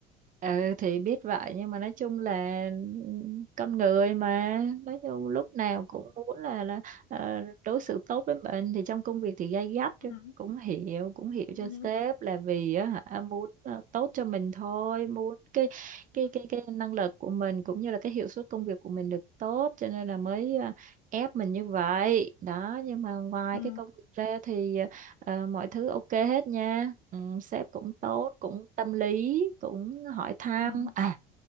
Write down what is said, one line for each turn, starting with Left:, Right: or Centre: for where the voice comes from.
Right: ừ thì biết vậy nhưng mà nói chung là ừ, con người mà nói chung lúc nào cũng muốn là là ờ, đối xử tốt với mình thì trong công việc thì gay gắt chứ.
Left: ừ
Right: cũng hiểu cũng hiểu
Left: ừ
Right: cho sếp là vì á hả à, muốn ờ, tốt cho mình thôi muốn cái cái
Left: ừ
Right: cái cái năng lực của mình cũng như là cái hiệu suất công việc của mình được tốt cho nên là mới ờ, ép mình như vậy đó nhưng mà ngoài
Left: ừ
Right: cái công việc ra thì ờ, Ờ, mọi thứ ok hết nha. Ừ, sếp cũng tốt, cũng tâm lý, cũng hỏi thăm.
Left: ừ ừ
Right: À,